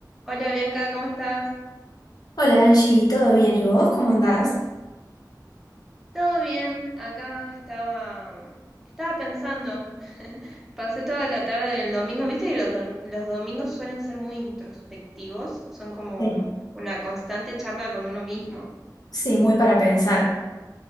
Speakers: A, in the centre; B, on the left.
A: Hola Bianca, ¿cómo estás?
B: Hola Angie, ¿todo bien? ¿Y vos cómo andás?
A: ¿Todo bien? Acá estaba, estaba pensando. <laughs> Pasé toda la tarde del domingo. Viste que los, dom- los domingos suelen ser muy introspectivos, son como
B: Sí.
A: una constante charla con uno mismo.
B: Sí, muy para pensar.